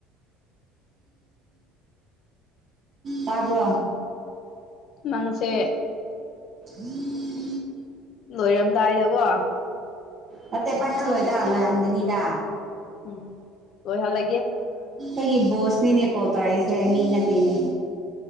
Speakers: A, on the right (about 40°); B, on the left (about 55°).
A: ꯇꯥꯕ꯭ꯔ
B: ꯃꯥꯡꯁꯦ
A: ꯎꯝ
B: ꯂꯣꯏꯔꯝꯗꯥꯏꯗꯀꯣ
A: ꯅꯠꯇꯦ ꯄꯥꯏꯈꯠꯂꯣꯏꯗ ꯂꯣꯏꯍꯟꯒꯅꯤꯗ
B: ꯎꯝ ꯑꯣꯏ ꯍꯂ
A: ꯑꯩ ꯣꯁꯅꯤꯅꯤ ꯀꯣ ꯎ ꯇꯔꯥꯏ ꯀꯦꯃꯤ ꯅꯠꯇꯦꯅꯦ